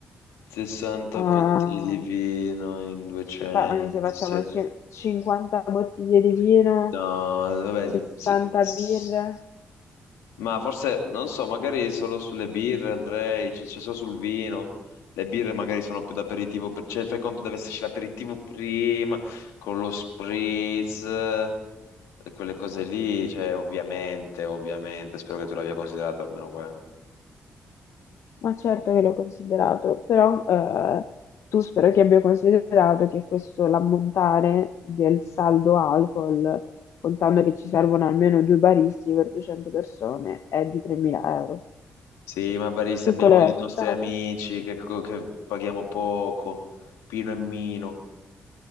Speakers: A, on the left (about 80°); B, on the left (about 70°).
A: 60
B: ah,
A: bottiglie di vino in 200,
B: ci fa- anzi facciamo
A: sì.
B: cin- 50 bottiglie di vino,
A: No, vabbè,
B: 60
A: di- se- s-
B: birre.
A: ma forse, non so, magari solo sulle birre andrei, cioè, cioè solo sul vino. Le birre magari sono più d'aperitivo, per- cioè fai conto deve esserci l'aperitivo prima, con lo spritz, eh, quelle cose lì, cioè ovviamente, ovviamente, spero che tu l'abbia considerato almeno quello.
B: Ma certo che l'ho considerato, però eh, tu spero che abbia considerato che questo l'ammontare del saldo alcol, contando che ci servono almeno due baristi per 200 persone, è di 3.000 euro.
A: Sì, ma barista
B: Tu
A: abbiamo
B: quello
A: i
B: l'hai contato?
A: nostri amici che, co- che paghiamo poco, Pino e Mino.